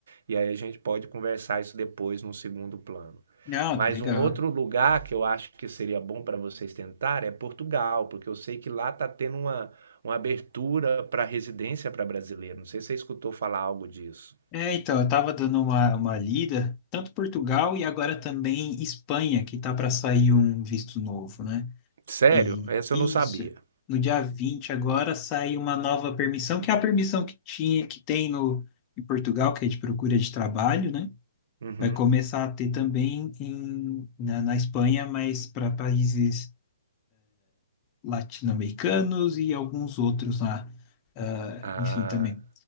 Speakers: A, on the right (about 60°); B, on the left (about 25°).
A: e aí a gente pode conversar isso depois no segundo plano.
B: Não,
A: Mas
B: legal.
A: um outro lugar que eu acho que seria bom para vocês tentar é Portugal, porque eu sei que lá está tendo uma, uma abertura para residência para brasileiro. Não sei se você escutou falar algo disso.
B: É, então, eu estava dando uma, uma lida, tanto Portugal e agora também Espanha, que tá para sair um visto novo, né?
A: Sério?
B: E
A: Essa
B: isso.
A: eu não sabia.
B: No dia 20 agora sai uma nova permissão, que é a permissão que tinha, que tem no, em Portugal, que é de procura de trabalho, né?
A: Uhum.
B: Vai começar a ter também em, na, na Espanha, mas para países latino-americanos e alguns outros lá, ah,
A: Ah,
B: enfim, também.